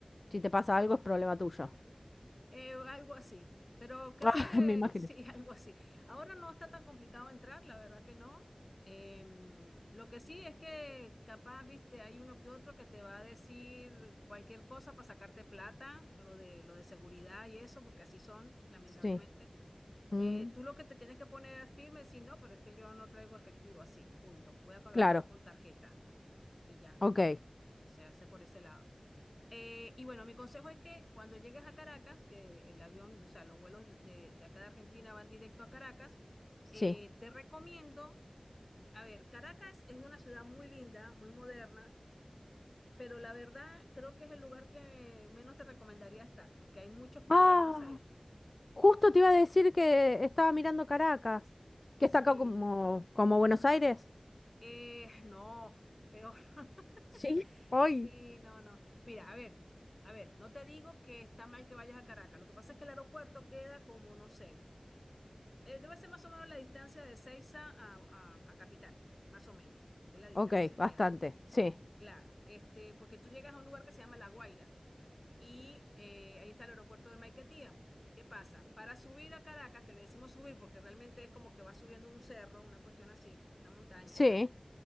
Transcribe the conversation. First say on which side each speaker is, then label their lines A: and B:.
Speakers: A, on the left; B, on the left.
A: si te pasa algo es problema tuyo. <laughs>
B: Eh, algo así, pero creo
A: Ah,
B: que
A: me imaginé.
B: sí, <laughs> algo así. Ahora no está tan complicado entrar, la verdad que no. Em, lo que sí es que capaz, viste, hay uno que otro que te va a decir cualquier cosa para sacarte plata, lo de, lo de seguridad y eso, porque así son, lamentablemente.
A: Sí, Mm,
B: Eh, tú lo que te tienes que poner es firme es decir, no, pero es que yo no traigo efectivo así, punto. Voy a pagar
A: claro,
B: todo con tarjeta y ya.
A: ok,
B: O sea, hace por ese lado. Eh, y bueno, mi consejo es que cuando llegues a Caracas, que el avión, o sea, los vuelos de, de acá de Argentina van directo a Caracas,
A: sí.
B: eh, te recomiendo, a ver, Caracas es una ciudad muy linda, muy moderna, pero la verdad creo que es el lugar que menos te recomendaría estar, porque hay muchos problemas
A: Ah,
B: ahí.
A: justo te iba a decir que estaba mirando Caracas,
B: Sí.
A: que está acá como, como Buenos Aires.
B: Eh, no, peor. <laughs>
A: Sí, hoy.
B: Sí, no, no. Mira, a ver, a ver, no te digo que está mal que vayas a Caracas. Lo que pasa es que el aeropuerto queda como, no sé. Eh, debe ser más o menos la distancia de Seiza a, a- a Capital, más o menos, es la distancia
A: Ok, bastante,
B: que hay.
A: sí,
B: Claro, este, porque tú llegas a un lugar que se llama La Guaira y eh, ahí está el aeropuerto de Maiquetía. ¿Qué pasa? Para subir a Caracas, que le decimos subir porque realmente es como que vas subiendo un cerro, una cuestión así, una montaña,
A: sí.
B: tal,